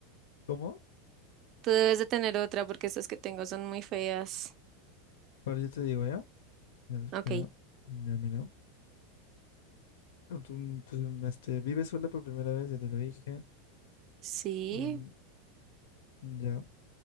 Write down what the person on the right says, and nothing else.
Tú debes de tener otra porque estas que tengo son muy feas.
Ok,
sí.